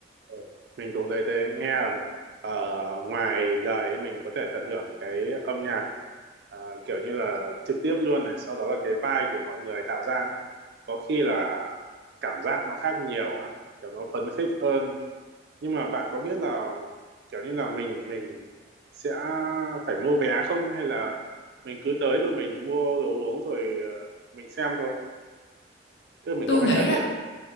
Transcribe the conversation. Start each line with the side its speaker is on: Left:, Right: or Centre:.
Right: Ờ, Mình cũng thấy thế, nghe là, ờ, ngoài đời ấy, mình có thể tận hưởng cái âm nhạc ờ, kiểu như là trực tiếp luôn này, sau đó là cái vibe của mọi người tạo ra nữa. Có khi là cảm giác nó khác nhiều ha, kiểu nó phấn khích hơn nhưng mà bạn có biết là kiểu như là mình mình sẽ phải mua vé không hay là mình cứ tới rồi mình mua đồ uống rồi ờ, mình xem thôi tức là mình
Left: tôi
Right: có phải
Left: nghĩ
Right: trả
Left: là
Right: tiền